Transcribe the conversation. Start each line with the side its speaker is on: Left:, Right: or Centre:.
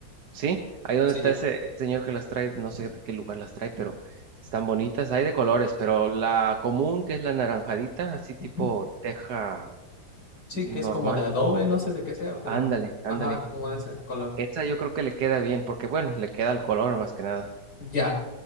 Right: ¿sí? Ahí donde
Left: sí,
Right: está
Left: ya.
Right: ese señor que las trae, no sé de qué lugar las trae, pero están bonitas, hay de colores, pero la común que es la naranjadita, así tipo
Left: Ujú.
Right: teja
Left: Sí,
Right: normal,
Left: que es como de adobe, no sé de qué sea, pero,
Right: ándale, ándale,
Left: ajá, como de ese color.
Right: esa yo creo que le queda bien, porque bueno, le queda el color más que nada.
Left: Ya.